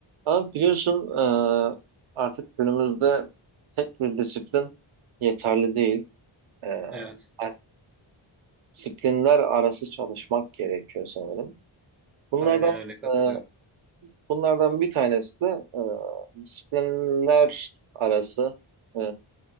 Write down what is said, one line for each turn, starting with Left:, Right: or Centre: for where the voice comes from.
Right: Abi biliyorsun e, artık günümüzde tek bir disiplin yeterli değil. E,
Centre: Evet,
Right: artık disiplinler arası çalışmak gerekiyor sanırım. Bunlardan
Centre: aynen öyle katılıyorum.
Right: e, bunlardan bir tanesi de e, disiplinler arası e,